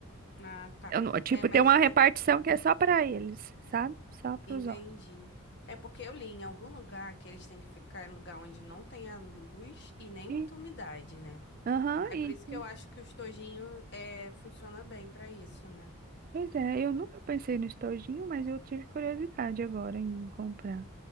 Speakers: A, on the left (about 50°); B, on the right (about 40°).
A: Ah, tá.
B: Eu não- tipo,
A: É, mas
B: tem uma repartição que é só pra eles, sabe? Só pros
A: entendi.
B: homens.
A: É porque eu li em algum lugar que eles têm que ficar em lugar onde não tenha luz e nem
B: E-
A: muita umidade, né?
B: Aham,
A: Aí
B: isso.
A: por isso que eu acho que o estojinho é, funciona bem pra isso, né?
B: Pois é, eu nunca pensei no estojinho, mas eu tive curiosidade agora em comprar.